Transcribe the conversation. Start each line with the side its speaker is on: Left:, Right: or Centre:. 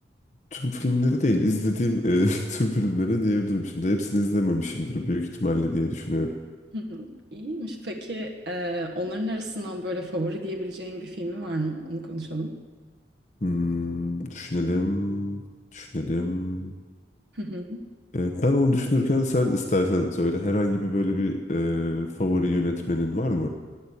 Left: Tüm filmleri değil, izlediğim e, <laughs> tüm filmleri diyebilirim şimdi. Hepsini izlememişimdir büyük ihtimalle diye düşünüyorum.
Right: Hı hı. İyiymiş. Peki e, onların arasından böyle favori diyebileceğin bir filmi var mı? Onu konuşalım.
Left: Hmm, düşünelim, düşünelim.
Right: Hı hı.
Left: E, Ben onu düşünürken sen istersen söyle. Herhangi bir böyle bir e, favori yönetmenin var mı?